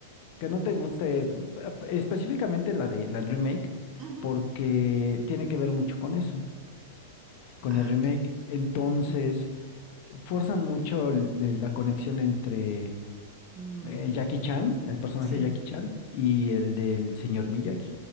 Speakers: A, on the left; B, on the right.
A: que no te guste eh, específicamente la de la del remake,
B: Ujú.
A: porque tiene que ver mucho con eso, con
B: Ah,
A: el remake.
B: ok,
A: Entonces,
B: ok.
A: forzan mucho el- el- la conexión entre
B: Mm,
A: eh, Jackie Chan, el personaje
B: sí.
A: de Jackie Chan, y el del señor Miyagi.